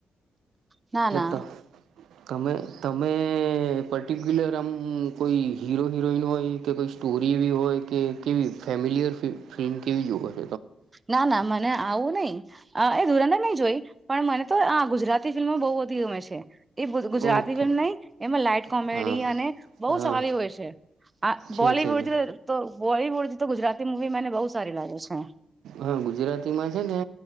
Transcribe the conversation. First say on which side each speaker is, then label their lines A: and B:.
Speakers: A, on the right; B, on the right.
A: ના ના
B: તો તમે તમે પર્ટિક્યુલર આમ કોઈ હીરો હિરોઈન હોય કે કોઈ સ્ટોરી એવી હોય કે કેવી ફેમિલિયર ફિલ્મ કેવી જો હોય
A: ના ના મને આવું નહી એ ધુરાંદર નહી જોય પણ મને તો આ ગુજરાતી ફિલ્મો બહુ બધી ગમે છે એ બધું ગુજરાતી
B: ઓકે
A: ફિલ્મ નહી એમાં લાાઈટ કોમેડી
B: હા
A: અને બહુ
B: હા
A: સારી હોય છે. આ
B: છે
A: બોલીવુડ
B: છે છે
A: તો બોલીવુડ તો ગુજરાતી મુવી મને બહુ સારી લાગે છે
B: હા ગુજરાતીમાં છે ને